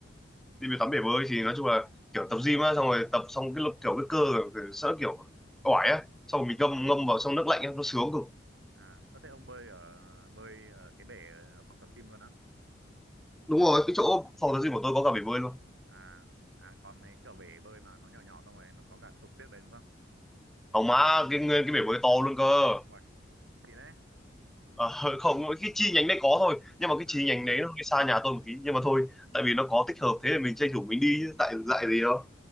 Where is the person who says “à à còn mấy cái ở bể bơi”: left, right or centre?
Right